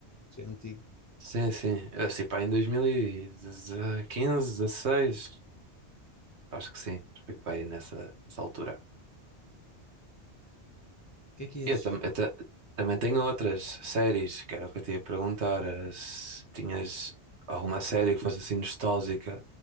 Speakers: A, on the left (about 15°); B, on the right (about 75°).
A: Que já é antigo. O
B: Sim, sim. É, Assim, pá, em 2015, 16, acho que sim. Fui pá, aí nessa, nessa altura.
A: que é que és?
B: E Eu, tam, eu ta- também tenho outras séries, que era o que eu te ia perguntar. Era se tinhas alguma série que fosse assim nostálgica,